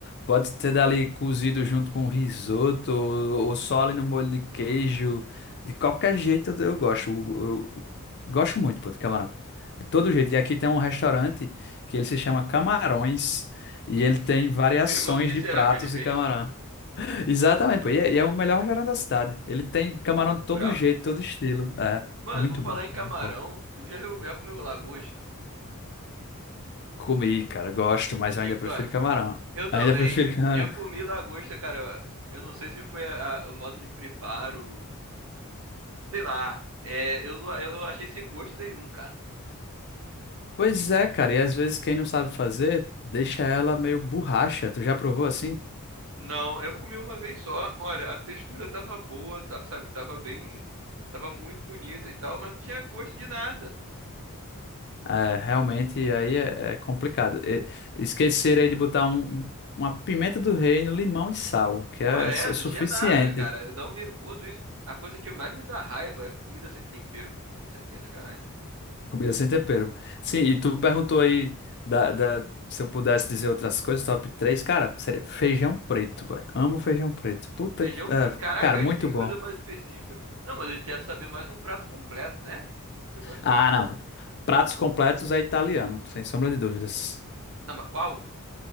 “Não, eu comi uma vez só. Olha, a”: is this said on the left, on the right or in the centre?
Right